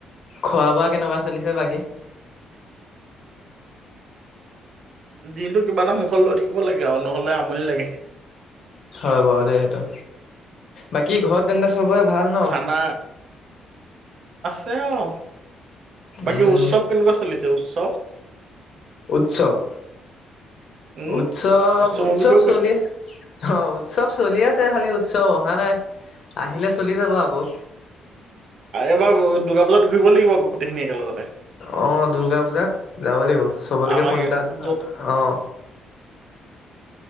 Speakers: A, on the left; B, on the right.
A: খোৱা বোৱা কেনেকুৱা চলিছে বাকী?
B: দিনটো কিবা এটা মুখত লৈ থাকিব লাগে আৰু নহ'লে আমনি লাগে।
A: হয় বাৰু দেই সেইটো, বাকী ঘৰত তেন্তে চব চবেৰে ভাল ন?
B: চানা অ', বাকী
A: উম
B: উৎসৱ কেনেকুৱা চলিছে উৎসৱ?
A: উৎসৱ।
B: উম
A: উৎসৱ
B: উৎসৱৰ
A: - উৎসৱ
B: বিষয়েও
A: চলি
B: কৈছে
A: অ', উৎসৱ চলি আছে খালি চব অহা নাই আহিলে চলি যাব আকৌ।
B: এবাৰ দুগা বজাত ঘূৰিব লাগিব আকৌ গোটেইখিনি একেলগতে।
A: অ' দূৰ্গা পূজাত যাব লাগিব চবলৈকে
B: আমাৰ
A: ফোন এটা
B: য'ত
A: অ', <inaudible>